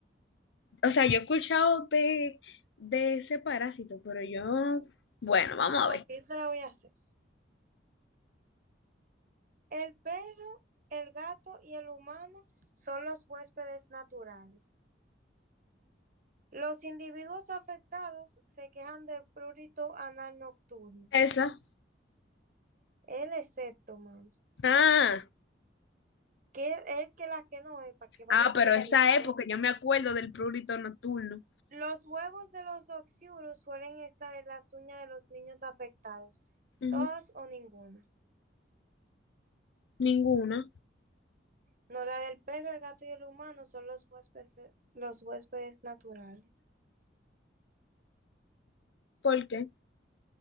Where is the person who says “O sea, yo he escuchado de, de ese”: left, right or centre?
Left